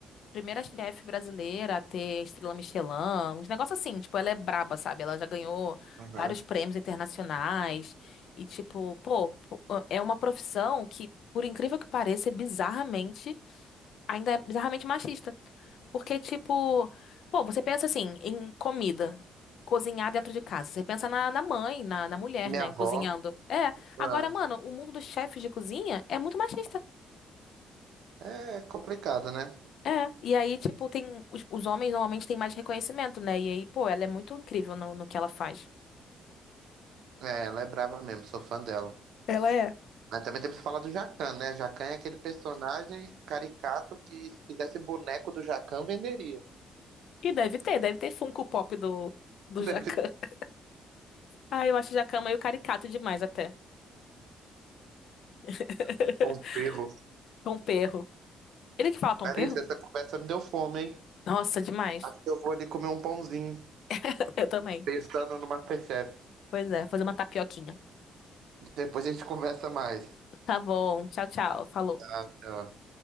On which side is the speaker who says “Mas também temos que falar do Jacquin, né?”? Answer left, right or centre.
Right